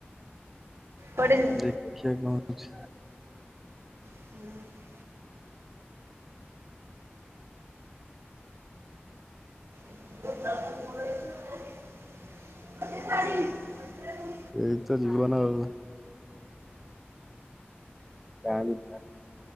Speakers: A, on the right; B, in the centre.
A: କୁଆଡେ ଯିବୁ?
B: ଦେଖିଆ କଣ ହଉଛି?
A: ହୁଁ <unintelligible>
B: ଏଇ ତ ଜୀବନ ଆଉ। ଗାଁ କୁ ଯା।